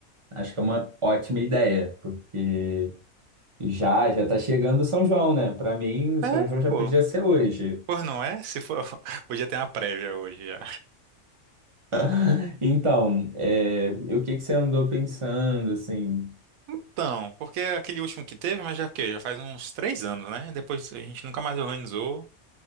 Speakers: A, on the right; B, on the right.
A: acho que é uma ótima ideia, porque já já tá chegando o São João, né? Pra mim, o
B: É,
A: São João já
B: pô.
A: podia ser hoje.
B: Pois não é? Se for, <laughs> podia ter uma prévia hoje já.
A: <laughs> Então, é, e o que que você andou pensando, assim?
B: Então, porque aquele último que teve, mas já o quê? Já faz uns três anos, né? Depois a gente nunca mais organizou.